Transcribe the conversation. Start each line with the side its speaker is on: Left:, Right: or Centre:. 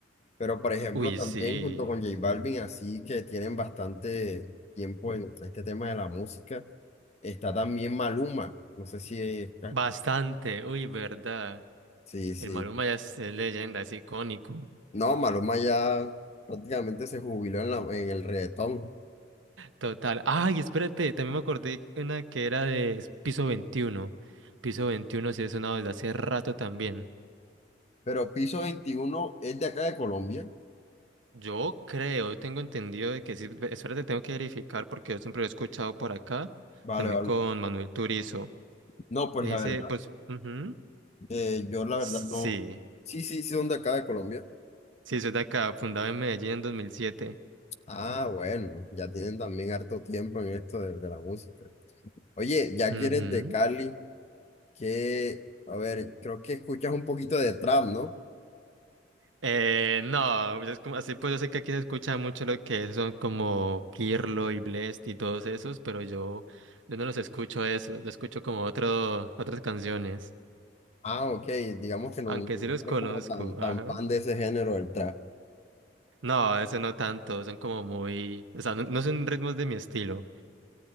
Left: pero por ejemplo,
Right: Uy,
Left: también
Right: sí.
Left: junto con J Balvin, así que tienen bastante tiempo en este tema de la música, está también Maluma, no sé si es...
Right: Bastante. Uy, verdad.
Left: Sí, sí.
Right: El Maluma ya es, es leyenda, es icónico.
Left: No, Maluma ya prácticamente se jubiló en, la- en el reggaetón.
Right: Total. Ay, espérate, también me acordé una que era de Piso 21. Piso 21 sí es sonado desde hace rato también.
Left: Pero Piso Veintiuno es de acá de Colombia.
Right: Yo creo, tengo entendido de que sí. ve- Espérate, tengo que verificar porque yo siempre lo he escuchado por acá.
Left: Vale,
Right: También
Left: vale.
Right: con Manuel Turizo.
Left: No, pues
Right: Ese,
Left: la verdad,
Right: pues, ujú,
Left: eh, yo la
Right: Sí,
Left: verdad no. Sí, sí, sí, son de acá de Colombia.
Right: sí, eso es de acá, fundado en Medellín en 2007.
Left: Ah, bueno, ya tienen también harto tiempo en esto de, de la música. Oye, ya
Right: Ujú.
Left: que eres de Cali, que, a ver, creo que escuchas un poquito de trap, ¿no?
Right: Eh, no, es como así, pues yo sé que aquí se escucha mucho lo que son como Kirlo y Blest y todos esos, pero yo, yo no los escucho eso, yo escucho como otro, otras canciones,
Left: Ah, ok, digamos que no,
Right: aunque
Left: no
Right: sí los
Left: eres
Right: conozco,
Left: como tan, tan
Right: ajá.
Left: fan de ese género del trap.
Right: No, ese no tanto, son como muy, o sea, no, no son ritmos de mi estilo.